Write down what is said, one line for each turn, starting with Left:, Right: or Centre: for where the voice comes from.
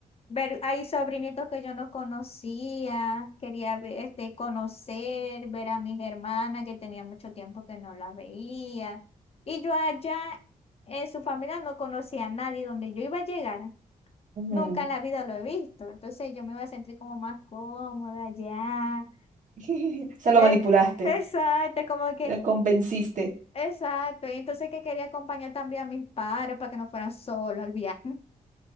Left: Ver, hay sobrinitos que yo no conocía, quería ver, este, conocer, ver a mis hermanas que tenía mucho tiempo que no las veía. Y yo allá, en su familia no conocía a nadie donde yo iba a llegar.
Right: ujú.
Left: Nunca en la vida lo he visto. Entonces yo me iba a sentir como más cómoda allá.
Right: <laughs> O sea, lo
Left: Et-
Right: manipulaste.
Left: Exacto, como que,
Right: Lo convenciste.
Left: exacto. Y entonces que quería acompañar también a mis padres para que no fueran solos al viaje.